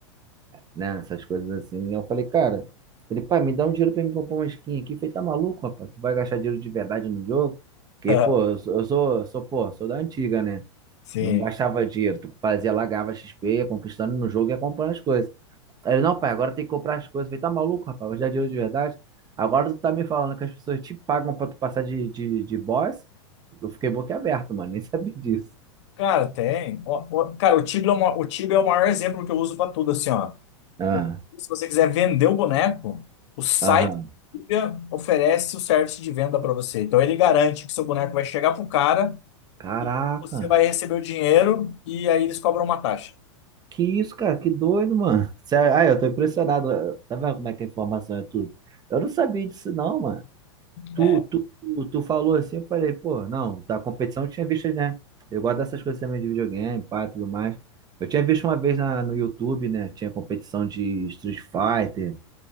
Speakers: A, on the right; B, on the left.
A: né? Essas coisas assim. Eu falei, cara, ele, pai, me dá um dinheiro pra me comprar uma skin aqui. Eu falei, tá maluco, rapaz? Tu vai gastar dinheiro de verdade no jogo? Porque,
B: <laughs>
A: pô, eu sou, eu sou, sou, pô, sou da antiga, né?
B: Sim.
A: Não gastava dinheiro. Tu fazia lá, ganhava XP, ia conquistando no jogo e ia comprando as coisas. Aí ele, não, pai, agora tem que comprar as coisas. Eu falei, tá maluco, rapaz? Hoje é dinheiro de verdade. Agora tu tá me falando que as pessoas te pagam pra tu passar de, de, de boss? Eu fiquei boquiaberto, mano. <laughs> Nem sabia disso.
B: Cara, tem. Ó, ó, Cara, o Tibia é, o ma- o Tibia é o maior exemplo que eu uso pra tudo, assim, ó.
A: Ah,
B: O- Se você quiser vender o boneco, o site
A: aham.
B: do Tibia oferece o serviço de venda pra você. Então ele garante que seu boneco vai chegar pro cara,
A: Caraca.
B: você vai receber o dinheiro e aí eles cobram uma taxa.
A: Que isso, cara? Que doido, mano. Sério, Ah, eu tô impressionado. Tá vendo como é que a informação é tudo? Eu não sabia disso, não, mano. Tu,
B: É.
A: tu, tu, tu falou assim, eu falei, pô, não, da competição eu tinha visto, né? Eu gosto dessas coisas também de videogame, pá, tudo mais. Eu tinha visto uma vez na, no YouTube, né? Tinha competição de Street Fighter,